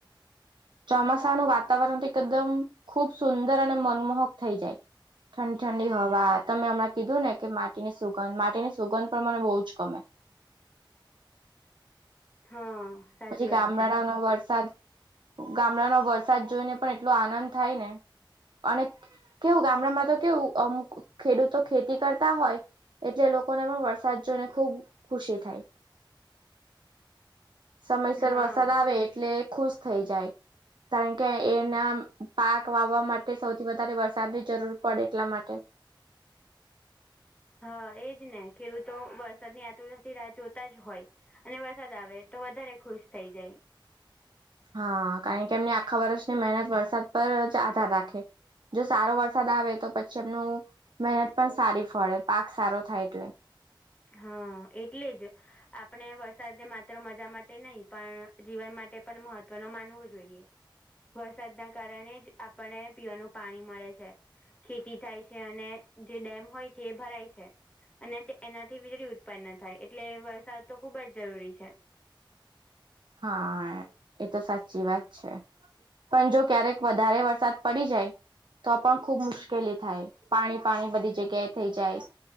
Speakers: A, on the right; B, on the left.
A: ચોમાસાનું વાતાવરણ તો એકદમ ખુબ સુંદર અને મનમોહક થઈ જાય ઠંડી ઠંડી હવા તમે હમણાં કીધું ને કે માટીની સુગંધ માટીની સુગંધ પણ મને બહુ જ ગમે
B: હા સાચી
A: પછી ગામડાડા
B: વાત છે
A: નો વરસાદ ગામડાનો વરસાદ જોઈને પણ એટલો આનંદ થાય ને અને કેવું ગામડામાં તો કેવું અમુક ખેડૂતો ખેતી કરતા હોય એટલે લોકોને પણ વરસાદ જોઈને ખુબ ખુશી થાય સમયસર
B: હા
A: વરસાદ આવે એટલે ખુશ થઈ જાય કારણ કે એના પાક વાવા માટે સૌથી વધારે વરસાદની જરૂર પડે એટલા માટે
B: હા એજ ને ખેડૂતો વરસાદની આતુરતાથી રાહ જોતા જ હોય અને વરસાદ આવે તો વધારે ખુશ થઈ જાય
A: હા કારણ કે એમને આખા વર્ષની મહેનત વરસાદ પર જ આધાર રાખે જો સારો વરસાદ આવે તો પછી એમનું મહેનત પણ સારી ફળે પાક સારો થાય એટલે
B: હા એટલે જ આપણે વરસાદ માત્ર મજા માટે નહી પણ જીવન માટે પણ મહત્વ ન માનવું જોઈએ વરસાદના કારણે જ આપણને પીવાનું પાણી મળે છે ખેતી થાય છે અને જે ડેમ હોય છે એ ભરાય છે અને તે એના થી વીજળી ઉત્પન્ન થાય એટલે વરસાદ તો ખુબ જ જરૂરી છે
A: હા એ તો સાચી વાત છે પણ જો ક્યારેક વધારે વરસાદ પડી જાય તો પણ ખુબ મુશ્કેલી થાય પાણી પાણી બધી જગ્યાએ થઈ જાય